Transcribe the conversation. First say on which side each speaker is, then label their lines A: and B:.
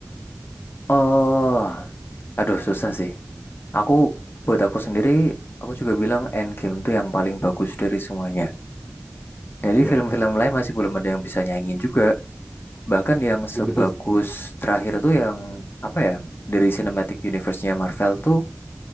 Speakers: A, on the left (about 50°); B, in the centre.
A: Oh, aduh susah sih. Aku, buat aku sendiri, aku juga bilang Endgame tuh yang paling bagus dari semuanya. Jadi
B: Ya,
A: film-film lain masih belum ada yang bisa nyanyiin juga. Bahkan yang sebagus
B: betul sih.
A: terakhir tuh yang, apa ya, dari Cinematic Universe-nya Marvel tuh,